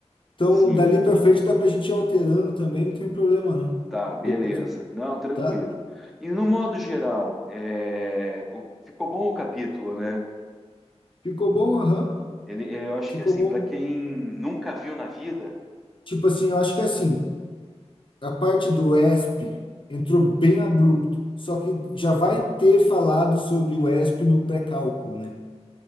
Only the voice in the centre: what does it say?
sim.
Tá, beleza.
Não, tranquilo.
E no modo geral, é, o- ficou bom o capítulo, né?
Ele, eu acho
que assim,
para quem nunca viu na vida,